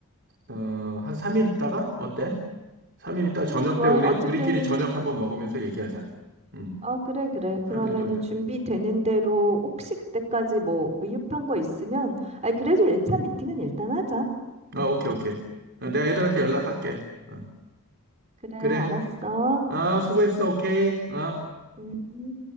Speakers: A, on the right; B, on the right.
A: 어, 한 3일 있다가? 어때? 3일 있다가
B: 그래,
A: 저녁
B: 좋아.
A: 때 우리,
B: 어쨌든,
A: 우리끼리 저녁 한번 먹으면서 얘기하자. 음,
B: 어, 그래, 그래.
A: 3일
B: 그러면은
A: 정도.
B: 준비되는 대로 혹시 그때까지 뭐 미흡한 거 있으면, 아니, 그래도 1차 미팅은 일단 하자.
A: 어, 오케이, 오케이. 어, 내가 애들한테
B: 음,
A: 연락할게. 어,
B: 그래,
A: 그래.
B: 알았어.
A: 아, 수고했어. 오케이. 어.
B: 음.